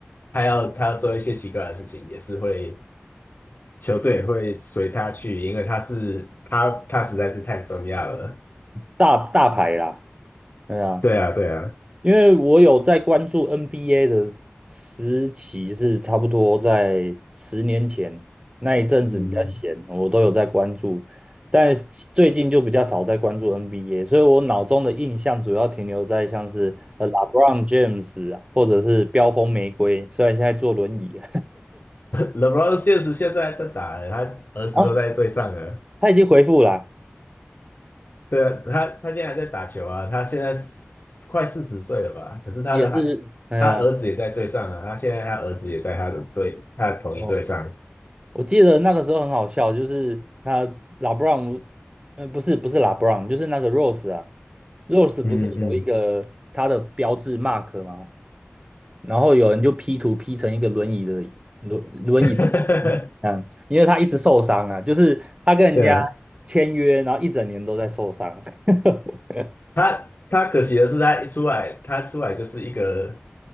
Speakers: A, on the left (about 50°); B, on the right (about 25°).
A: 他要他要做一些奇怪的事情，也是会球队会随他去，因为他是他他实在是太重要了。
B: 大大牌啦，对啊，
A: 对啊，对啊，
B: 因为我有在关注 NBA 的时期是差不多在十年前那一阵子比较闲，
A: 嗯
B: 我都有在关注，但是最近就比较少在关注 NBA，所以我脑中的印象主要停留在像是呃 LeBron James 啊，或者是飙风玫瑰，虽然现在坐轮椅
A: ，LeBron 确实现在在打了他儿子都在队上了。
B: <laughs> 啊，他已经回复啦，
A: 对啊，他他现在还在打球啊，他现在是快四十岁了吧？可是他的孩，
B: 也是，哎呀，
A: 他儿子也在队上啊，他现在他儿子也在他的队，他的同一队上。
B: 哦我记得那个时候很好笑，就是他拉布朗，呃，不是不是拉布朗，就是那个 Rose 啊，Rose
A: 嗯嗯，
B: 不是有一个他的标志 mark 吗？然后有人就 P 图 P 成一个轮椅的轮轮椅的
A: <laughs>
B: 嗯，因为他一直受伤啊，就是他跟人家
A: 对啊。
B: 签约，然后一整年都在受伤，<laughs>
A: 他他可惜的是，他一出来，他出来就是一个，